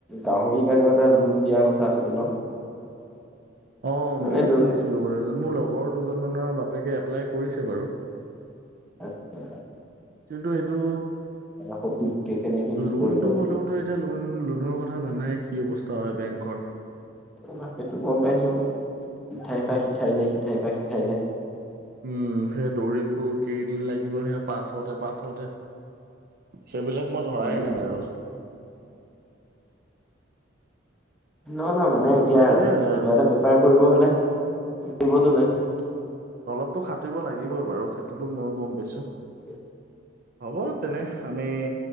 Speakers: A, in the centre; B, on the right (about 55°).
A: গাহৰি কাৰণেও এটা লোন দিয়া কথা আছিলে ন। <unintelligible>
B: অ
A: মানে
B: মও
A: এইটো
B: শুনিছিলো বাৰু এজন মোৰ লগৰ দুজন মানৰ বাপ পেকে এপ্লাই কৰিছে বাৰু।
A: আতছা।
B: কিন্তু এইটো
A: সঠিককে কেনেকে কি
B: লোনটো
A: কৰিব লাগে।
B: হ'লেওতো এতিয়া লোন লোনৰ কথা জানাই কি অৱস্থা হয় বেংকৰ।
A: তাকেইটো গম পাইছো সিঠাইফা পা সিঠাইলে হিঠাই পা হিঠাইলে।
B: উম সেই দৌৰি ফুৰ কেইদিন লাগিব সে পাছতে পাছতে সেইবিলাক মই ধৰাই
A: উম।
B: নাই আৰু
A: নহ নহ মানে এতিয়া
B: সেইয়াই
A: কিবা
B: আৰু
A: এটা বেপাৰ কৰিব হলে কৰিবতো লাগি
B: অলপতো খাটিব লাগিবই বাৰু সেইটোতো ময়ো গম পাইছোঁ।
A: <unintelligible>
B: হ'ব তেনেহ আমি